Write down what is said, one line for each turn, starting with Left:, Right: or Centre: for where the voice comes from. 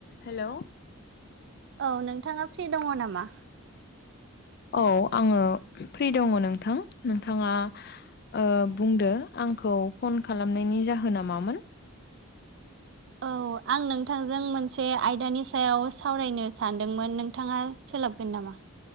Left: हेल'।
Right: औ नोंथाङा फ्रि दङ नामा?
Left: औ आङो फ्रि दङ नोंथां नोंथाङा। ओ बुंदो आंखौ फन खालामनायनि जाहोन नामामोन?
Right: औ। आं नोंथांजों मोनसे आयदानि सायाव सावरायनो सानदोंमोन नोंथाङा सोलाबगोन नामा?